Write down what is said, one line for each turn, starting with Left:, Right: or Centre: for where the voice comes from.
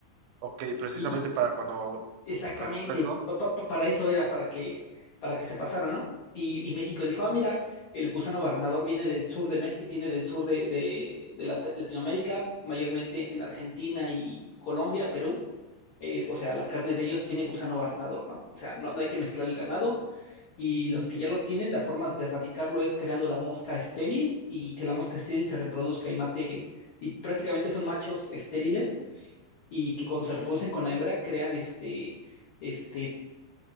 Right: Ok, precisamente
Left: Y, y
Right: para cuando
Left: exactamente,
Right: se presentó eso.
Left: pa- pa- pa- para eso era, para que, para que se pasara, ¿no? Y, y México dijo, ah, mira, el gusano barrenador viene del sur de México, viene del sur de, de, de Lat- Latinoamérica, mayormente en Argentina y Colombia, Perú eh, o sea, la carne de ellos tiene gusano barrenador, ¿no? O sea, no, no hay que mezclar el ganado y los que ya lo tienen, la forma de erradicarlo es creando la mosca estéril y que la mosca estéril se reproduzca y mate, y prácticamente son machos estériles y que cuando se reproducen con la hembra crean este, este,